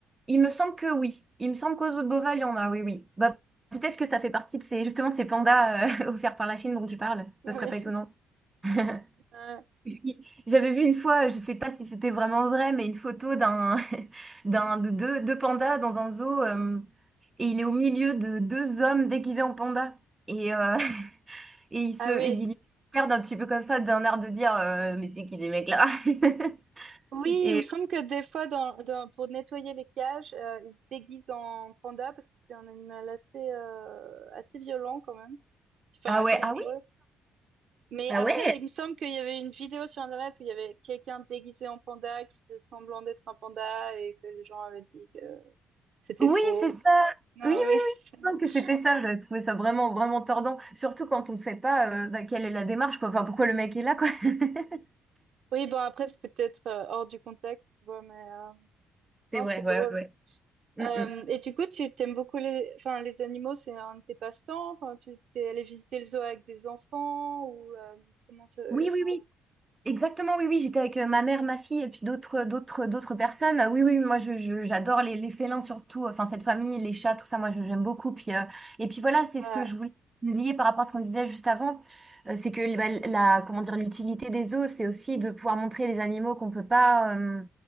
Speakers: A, on the right; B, on the right.
A: il me semble que oui. Il me semble qu'aux zoo de Beauval, il y en a, oui, oui. Bah, peut-être que ça fait partie de ces, justement, de ces pandas euh, <laughs> offerts par la Chine dont tu parles.
B: <laughs>
A: Ça serait
B: oui.
A: pas étonnant. <laughs>
B: Ah
A: <laughs> Oui. J'avais vu une fois, je sais pas si c'était vraiment vrai, mais une photo d'un, <laughs> d'un, de deux, deux pandas dans un zoo, euh, et il est au milieu de deux hommes déguisés en panda. Et, euh, <laughs> et il se,
B: ah
A: et
B: oui.
A: il regarde un petit peu comme ça, d'un air de dire, euh, mais c'est qui ces mecs-là? <laughs>
B: Oui,
A: Et,
B: il me semble que des fois, dans, dans- pour nettoyer les cages, euh, ils se déguisent en panda parce que c'est un animal assez, euh, assez violent quand même, enfin
A: ah
B: assez
A: ouais,
B: dangereux.
A: ah oui,
B: Mais
A: Ah
B: après,
A: ouais?
B: il me semble qu'il y avait une vidéo sur Internet où il y avait quelqu'un déguisé en panda qui faisait semblant d'être un panda et que les gens avaient dit que c'était
A: oui,
B: faux.
A: c'est ça.
B: Non,
A: Oui, oui, oui.
B: oui. <laughs>
A: Je pense
B: c'est-
A: Que c'était ça, j'avais trouvé ça vraiment, vraiment tordant. Surtout quand on sait pas euh, bah, quelle est la démarche, quoi. Enfin, pourquoi le mec est là, quoi. <laughs>
B: Oui, bon, après, c'était peut-être euh, hors du contexte, tu vois, mais euh,
A: C'est
B: non,
A: vrai,
B: c'est
A: ouais,
B: drôle.
A: ouais. Mm,
B: Euh,
A: mm.
B: et du coup, tu t'aimes beaucoup les, enfin, les animaux, c'est un de tes passe-temps. Enfin, tu t'es allé visiter le zoo avec des enfants ou euh, comment ça,
A: Oui,
B: enfin,
A: oui, oui. Exactement, oui, oui, j'étais avec euh, ma mère, ma fille et puis d'autres, d'autres, d'autres personnes. Euh, Oui, oui, moi, je, je- j'adore les, les félins surtout, enfin, cette famille, les chats, tout ça, moi, je- j'aime beaucoup. Puis, euh, et puis voilà, c'est
B: voilà.
A: ce que je voulais lier par rapport à ce qu'on disait juste avant. Euh, c'est que bah, la, comment dire, l'utilité des zoos, c'est aussi de pouvoir montrer les animaux qu'on peut pas, euh,